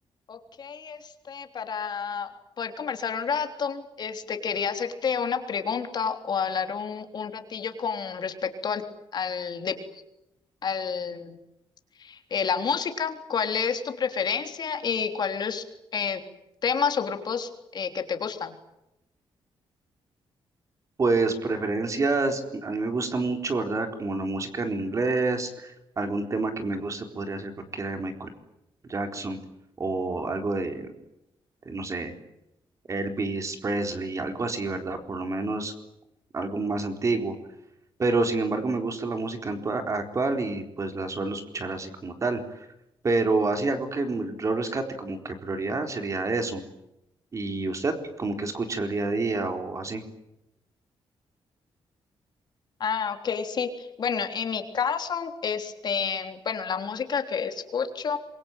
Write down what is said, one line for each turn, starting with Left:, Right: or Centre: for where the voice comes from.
Left: Ok, este, para poder conversar un rato, este, quería hacerte una pregunta o hablar un, un ratillo con respecto al, al, de, al eh, la música. ¿Cuál es tu preferencia y cuáles eh, temas o grupos eh, que te gustan?
Right: Pues preferencias, a mí me gusta mucho, ¿verdad? Como la música en inglés, algún tema que me guste podría ser cualquiera de Michael Jackson o algo de, de, no sé, Elvis Presley, algo así, ¿verdad? Por lo menos algo más antiguo. Pero sin embargo me gusta la música antua- actual y pues la suelo escuchar así como tal. Pero así algo que m- yo rescate como que prioridad sería eso. ¿Y usted como que escucha el día a día o así?
Left: Ah, ok, sí. Bueno, en mi caso, este, bueno, la música que escucho,